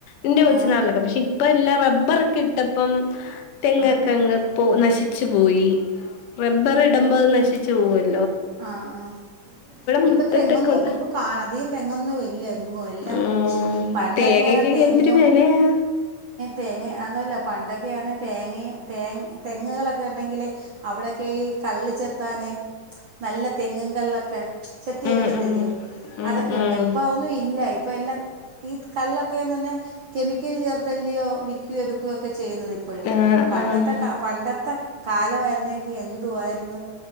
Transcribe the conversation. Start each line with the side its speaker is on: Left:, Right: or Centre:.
Left: ഇന്റെ കൊച്ചുനാളിലൊക്കെ
Right: ആ
Left: പക്ഷെ ഇപ്പ എല്ലാം റബ്ബറോക്കെ ഇട്ടപ്പം തെ
Right: ആ
Left: ങ് പോ നശിച്ചു പോയി റബ്ബർ ഇടുമ്പോ നശിച്ചു പോവല്ല
Right: ആഹ ആഹ
Left: മുറ്റത്തൊക്കെ
Right: ഇപ്പൊ തെങ്ങൊന്നും
Left: ഉണ്ട്.
Right: ഇപ്പൊ കാ അധികം തെങ്ങൊന്നും ഇല്ല തെങ്ങും എല്ലാം
Left: ഉം
Right: മുറിച്ച് പണ്ടൊക്കെയാണെകിൽ
Left: തേങ്ങക്കൊക്കെ
Right: തെങ്ങും
Left: എന്തൊരു വെലയാ.
Right: തെങ്ങയ അതോന്നല്ല പണ്ടൊക്കെയാണേ തേങ്ങിമ് തെങ്ങുകളൊക്കെ ഉണ്ടെങ്കിൽ അവിടെയൊക്കെ ഈ കള്ള് ചെത്താനെ നല്ല തെങ്ങും കള്ളക്കെ ചെത്തി
Left: ഉം
Right: എടുക്കത്തില്ലയോ
Left: ഉം ഉം
Right: അതൊക്കെ
Left: ഉം
Right: ഉണ്ടായിരുന്നു ഇപ്പൊ അതൊന്നും ഇല്ല ഇപ്പ എല്ലാം ഈ കള്ള്ക്കെന്ന് പറഞ്ഞ കെമിക്കൽ ചേർത്തല്ലയോ വിക്കുകയോ എടുക്കുകയോ ഒക്കെ ചെയ്യുന്നത് ഇപ്പോഴും
Left: ആഹ്
Right: പണ്ടത്തെ
Left: ആഹ്
Right: കാ പണ്ടത്തെ ക കാലമായിരുന്നെങ്കിൽ എന്തു ആയിരുന്നു